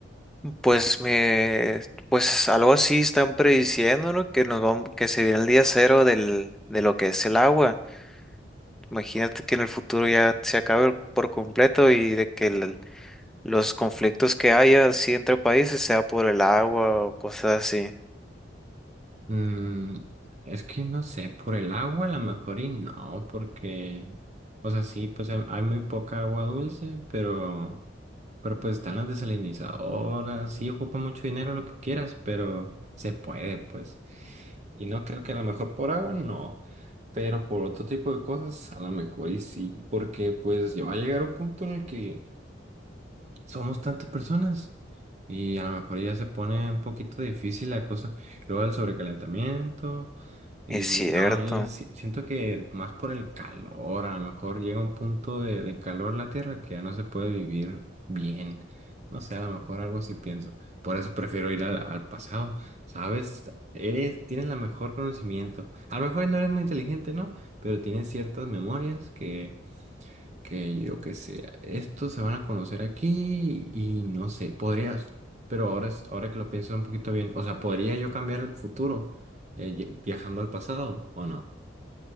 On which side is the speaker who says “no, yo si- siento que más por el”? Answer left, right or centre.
Right